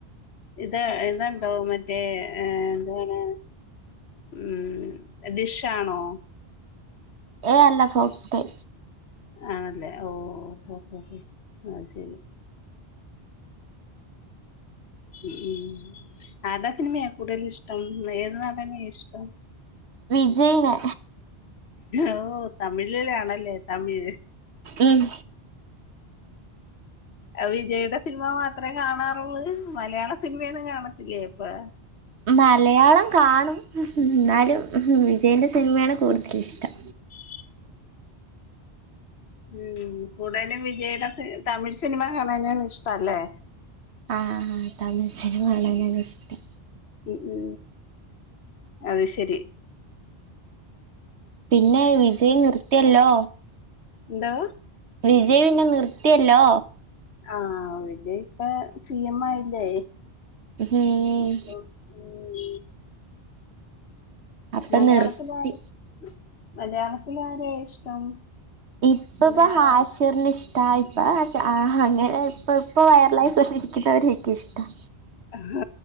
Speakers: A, on the left; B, on the right.
A: ഇത് ഇത്ണ്ടോ മറ്റേ ഏ എന്താണ് ഉം ഡിശ്ശാണോ
B: ഏ അല്ല ഫോക്സ് കൈ
A: ആണല്ലേ ഓ ഓ ഓഓ അയ് ശെരി ഉ ഉം ആർടാ സിനിമ്യാ കൂടുതലിഷ്ട്ടം ഏത് ന്നടനേ ഇഷ്ടം
B: വിജെയ്നെ
A: ഓ തമിഴിലാണല്ലേ തമിഴ്
B: ഉം
A: അവിൻ വിജയുടെ സിനിമ മാത്രമേ കാണാറുള്ളൂ മലയാള സിനിമയൊന്നും കാണത്തില്ലേ ഇപ്പൊ
B: മലയാളം കാണും എന്നാലും വിജിയന്റെ സിനിമയാണ് കൂടുതല ഇഷ്ടം
A: <inaudible> ഉം കൂടുതലും വിജയുടെ തമിഴ് സിനിമ കാണാനാണ് ഇഷ്ട അല്ലേ
B: ആ തമിഴ്സിനിമ കാണാനാണ് ഇഷ്ടം
A: ഉ ഉ അത് ശരി
B: പിന്നെ വിജയി നിർത്തിയല്ലോ
A: എന്താ
B: വിജയ്തന്നെ നിർത്തിയല്ലോ
A: ആ വിജയ് ഇപ്പം സി എം ആയില്ലേ
B: ഉംഉം
A: അപ്പൊ ഉം
B: അപ്പൊ
A: മലയാളത്തിലാര്
B: നിർത്തി
A: മലയാളത്തിലെ ആരെ ഇഷ്ടം
B: ഇപ്പ
A: മലയാള
B: ഇപ്പൊ ഹാഷറിന് ഇഷ് പ്പ അങ്ങനെ ഇപ്പ ഇപ്പ വയറലായി വന്നിരിക്കുന്നവർ <unintelligible> എനിക്കാ ഇഷ്ടം
A: ആഹ്